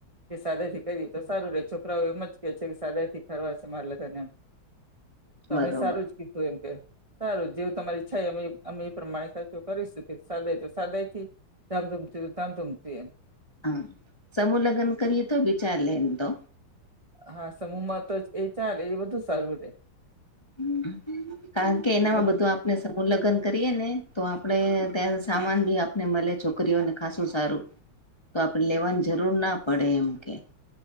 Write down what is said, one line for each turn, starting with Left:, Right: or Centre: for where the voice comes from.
Right: કે સાદાયથી કરીએ તો સારું રે છોકરાઓ એમ જ કે છે, કે સાદાયથી કરવા છે, મારા લગન એમ તમે
Left: બરોબર
Right: સારું જ કીધું એમ કે સારું જેવું તમારી ઈચ્છા અમે અમે એ પ્રમાણે ખરચો કરીશુ કે સાદાય તો સાદાયથી ધામધૂમથી તો ધામધૂમથી એમ
Left: હા સમૂહ લગ્ન કરીએ તો બી ચાલે એમ તો
Right: હા સમૂહમાં તો જ એ ચાલે એ બધું સારું રે
Left: હમ કારણ કે એનામાં
Right: બધા
Left: બધું આપને સ ઉલગન કરીએ ને તો આપડે ત્યાં સામાન બી આપને મલે છોકરીઓને ખાસું સારું તો આપડે લેવાની જરૂર ના પડે એમ કે